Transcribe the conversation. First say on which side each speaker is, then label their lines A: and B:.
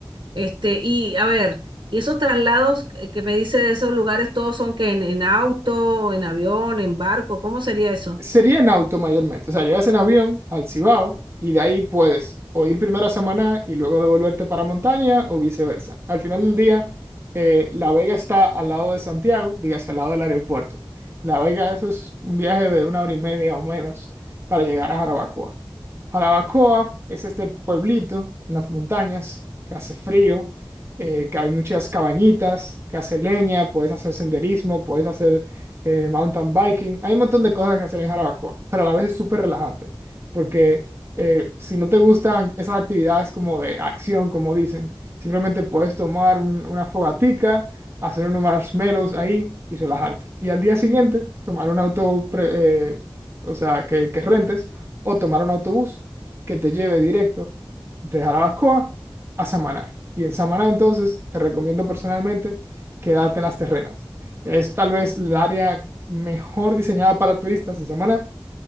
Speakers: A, on the right; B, on the right.
A: Este, y a ver, y esos traslados que que me dice de esos lugares, todos son que en, en auto, en avión, en barco, ¿cómo sería eso?
B: Sería en auto mayormente. O sea, llegas en avión al Cibao y de ahí puedes o ir primero a Samaná y luego devolverte para montaña o viceversa. Al final del día, eh, La Vega está al lado de Santiago, digas al lado del aeropuerto. La Vega, eso es un viaje de una hora y media o menos para llegar a Jarabacoa. Jarabacoa es este pueblito en las montañas que hace frío, eh, que hay muchas cabañitas, que hace leña, puedes hacer senderismo, puedes hacer eh, mountain biking. Hay un montón de cosas que hacer en Jarabacoa, pero a la vez es súper relajante, porque eh, si no te gustan esas actividades como de acción, como dicen, simplemente puedes tomar un- una fogatica, hacer unos marshmallows ahí y relajarte. Y al día siguiente, tomar un auto, pre- eh, o sea, que, que rentes, o tomar un autobús que te lleve directo de Jarabacoa a Samaná. Y en Samaná entonces te recomiendo personalmente quedarte en las terrenas. Es tal vez el área mejor diseñada para turistas de Samaná.